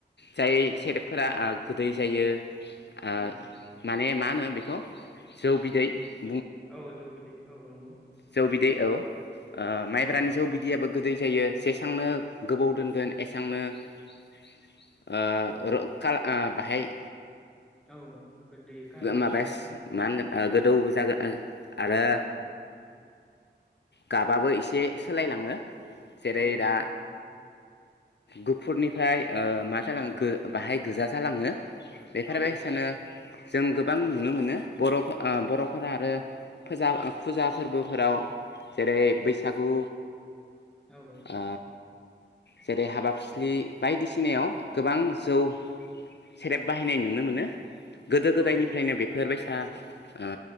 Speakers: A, on the left (about 70°); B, in the centre.
A: जाय
B: औ
A: सेरेबफोरा आ गोदै जायो आ
B: औ
A: माने मा होनो बेखौ जौ बिदै <inaudible>
B: औ जौ बिदै औ नंगौ
A: जौ बिदै औ अ माइब्रानि
B: औ
A: जौ बिदियाबो गोदै जायो जेसांनो गोबाव दोनगोन एसांनो ओ र खाला ओ बाहाय
B: औ गोदै कारा
A: गोमाबास
B: जायो आरो मोजां
A: मा होनगोन
B: जायो
A: ओ गोदौ जागोन आ आरो
B: औ
A: गाबाबो एसे सोलायलाङो जेरै
B: औ
A: दा गुफुरनिफ्राय ओ मा जालांखो बाहाय गोजा जालाङो बेफोरबायसानो
B: औ
A: जों गोबां नुनो मोनो बरं फो ओ बर'फोरा आरो फोजा ओ फुजा फोरबोफोराव जेरै बैसागु
B: औ
A: ओ जेरै हाबा फुस्लि बायदिसिनायाव गोबां जौ सेरेब बाहायनाय नुनो मोनो गोदो गोदायनिफ्रायनो
B: औ
A: बेफोरबायसा ओ